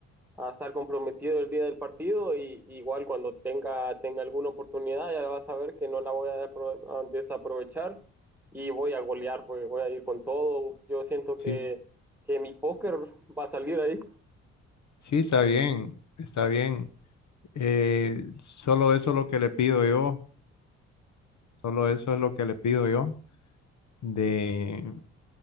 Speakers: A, in the centre; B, on the left.
A: a estar comprometido el día del partido y igual cuando tenga, tenga alguna oportunidad ya vas a ver que no la voy a desaprovechar y voy a golear, voy, voy a ir con todo. Yo siento que,
B: Sí,
A: que mi póker va a salir ahí.
B: sí, está bien, está bien. Eh, solo eso es lo que le pido yo, solo eso es lo que le pido yo de,